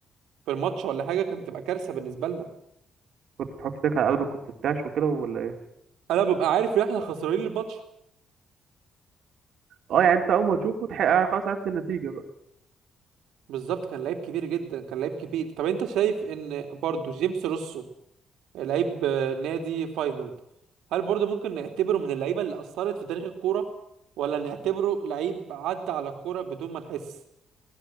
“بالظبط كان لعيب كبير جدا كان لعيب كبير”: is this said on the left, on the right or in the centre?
Right